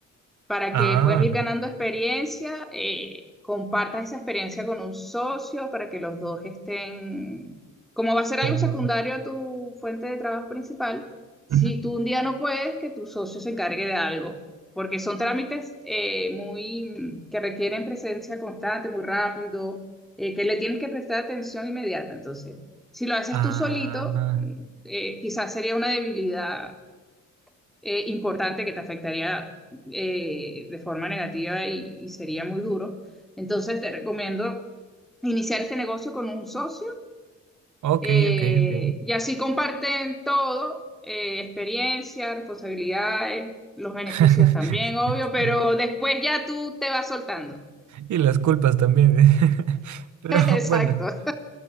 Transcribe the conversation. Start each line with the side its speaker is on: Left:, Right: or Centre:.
Centre: para
Right: Ah,
Centre: que puedas ir ganando experiencia, eh, compartas esa experiencia con un socio para que los dos estén, como va a ser
Right: como,
Centre: algo secundario a tu fuente de trabajo principal, si
Right: Ujú.
Centre: tú un día no puedes, que tu socio se encargue de algo, porque son trámites eh, muy que requieren presencia constante, muy rápido, eh, que le tienes que prestar atención inmediata. Entonces, si lo haces
Right: Ah,
Centre: tú solito, mm, eh, quizás sería una debilidad eh, importante que te afectaría eh, de forma negativa y, y sería muy duro. Entonces te recomiendo iniciar este negocio con un socio
Right: ok,
Centre: eh,
Right: ok, ok.
Centre: y así comparten todo, eh, experiencia, responsabilidades, los beneficios
Right: <laughs>
Centre: también, obvio, pero después ya tú te vas soltando.
Right: Y las culpas también. <laughs> Pero
Centre: <laughs> Exacto.
Right: bueno.